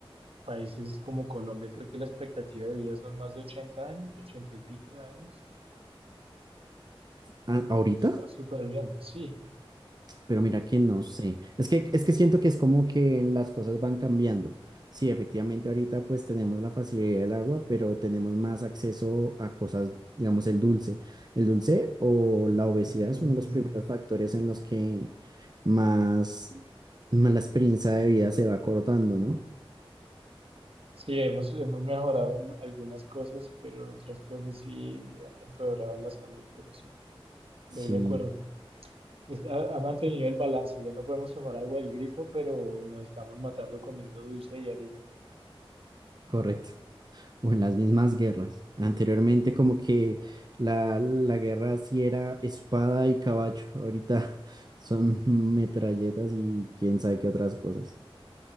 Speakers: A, on the right (about 70°); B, on the right (about 45°).
A: Países como Colombia, creo que la expectativa de vida son más de 80 años, 80 y pico de años.
B: a-
A: Eh,
B: ahorita.
A: está súper bien, sí.
B: Pero mira que no sé. Es que, es que siento que es como que las cosas van cambiando. Sí, efectivamente ahorita pues tenemos la facilidad del agua, pero tenemos más acceso a cosas, digamos, el dulce. El dulce o la obesidad
A: Mm,
B: es uno de los primeros factores en los que más, más la experiencia de vida se va cortando, ¿no?
A: sí, hemos, hemos mejorado en algunas cosas, pero otras cosas sí han empeorado la salud, pero sí, estoy
B: Sí,
A: de acuerdo. Es- ha, ha mantenido el balance, ya no podemos tomar agua del grifo, pero nos estamos matando comiendo dulce y harina.
B: correcto. o en las mismas guerras. Anteriormente como que la, la guerra sí era espada y caballo, ahorita <laughs> son metralletas y quién sabe qué otras cosas.